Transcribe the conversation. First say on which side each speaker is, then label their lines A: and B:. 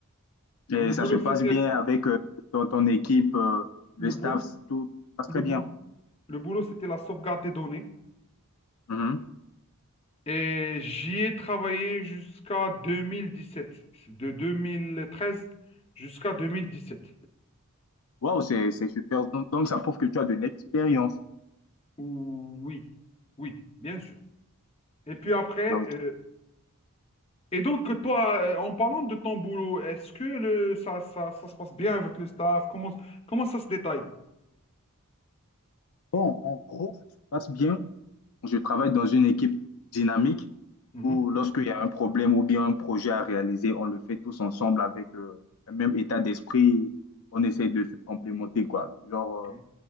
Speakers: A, on the left (about 70°); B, on the left (about 25°).
A: Et
B: Le boulot,
A: ça se
B: c'était
A: passe bien avec euh, ton, ton équipe, euh,
B: le
A: le staff,
B: boulot,
A: tout se passe
B: le
A: très
B: boul-
A: bien.
B: le boulot, c'était la sauvegarde des données.
A: Mhm.
B: Et j'y ai travaillé jusqu'à 2017, de 2013 jusqu'à 2017.
A: Waouh, c'est, c'est super. Donc, donc, ça prouve que tu as de l'expérience.
B: Oui, oui, bien sûr. Et puis après,
A: Ah oui.
B: euh, Et donc, toi, euh, en parlant de ton boulot, est-ce que le, ça, ça, ça se passe bien avec le staff? Comment, comment ça se détaille?
A: Bon, en gros, ça se passe bien. Je travaille dans une équipe dynamique
B: Mhm.
A: où lorsqu'il y a un problème ou bien un projet à réaliser, on le fait tous ensemble avec euh, un même état d'esprit. On essaye de se complémenter, quoi. Genre,
B: Ok.
A: euh,